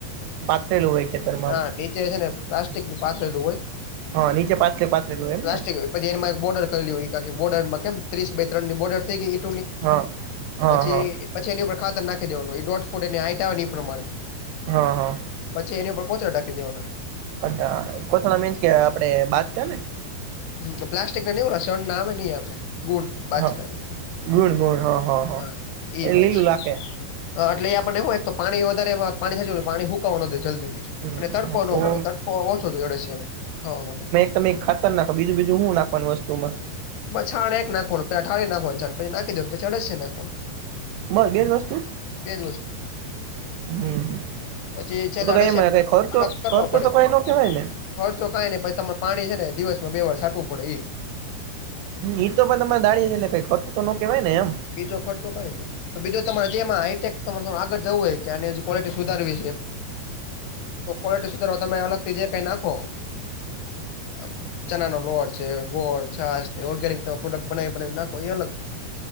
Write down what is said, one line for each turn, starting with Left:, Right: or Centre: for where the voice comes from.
Right: થેઇલુ હોય ખેતર માં
Left: ના નીચે છે ને પ્લાસ્ટિક નું પાથરેલું હોય.
Right: હા નીચે પ્લાસ્ટિક પાથરેલું
Left: પ્લાસ્ટિક
Right: હોય.
Left: પછી એમાં એક બોર્ડર કરેલી હોય કે બોર્ડરમાં કેમ ત્રીસ બાય ત્રણ ની બોર્ડ થઈ ગઈ ઇંટો ની.
Right: હા હા
Left: પછી
Right: હા
Left: પછી એની ઉપર ખાતર નાખી દેવાનું એ દોઢ ફૂટ એની હાઈટ આવેને ઈ પ્રમાણે.
Right: હા હા.
Left: પછી એની ઉપર કોથળા ઢાકી દેવાના.
Right: અચ્છા કોથળા મીન્સ કે આપડે બાજકા ને.
Left: હમમ. પ્લાસ્ટિક ના નય લસણ ના આવે ને આપડે ગુણ બાજકા
Right: હા
Left: ના.
Right: ગુણ ગુણ હા હા હા
Left: અ એ બાજ
Right: લીલું લાખે
Left: અ એટલે આપને હું એક તો પાણી વધારે પાણી પાણી હુકવવા નો દેય જલ્દીથી.
Right: હમ
Left: એટલે તડકો ન
Right: તો
Left: મળે તડકો ઓછો જોડે છે એને ખાવા માટે.
Right: એટલે એક ખાતર નાખ બીજું બીજું શું નાખવાની વસ્તુમાં.
Left: બસ છાણ જ નાખવાનું પછી ઠારી નાખવાનું છાણ પછી નાખી દેવાનું પછી અડસિયા નાખવાનું.
Right: બસ બેજ વસ્તુ.
Left: બે જ વસ્તુ
Right: હમમ
Left: પછી છેલ્લે
Right: તો તો
Left: અળસિયા
Right: કઈ મળે ખર્ચો
Left: અલગ કરવા
Right: ખર્ચો
Left: પડે
Right: તો કય ન કેવાય ને.
Left: ખર્ચો કઈ ના પછી તમારે પાણી છે ને દિવસ માં બે વાર છાટવું પડે ઈ જ.
Right: ઈ તો પણ તમારે દાડી ને એટલે કઈ ખર્ચો તો ન કેહેવાય ને એમ.
Left: બીજો ખર્ચો કઈ નહી તો બીજો તમારે જેમાં હાઈટેક તમારે આગળ જવું હોય કે આ. ક્વોલિટી સુધારવી છે. તો કવોલિટી સુધારવા તમે અલગ થી જે કાઈ નાખો. અમ ચણા નો લોટ છે. ગોળ, છાસ ઓર્ગેનિક પ્રોડક્ટ બનાવી બનાવી નાખો એ અલગ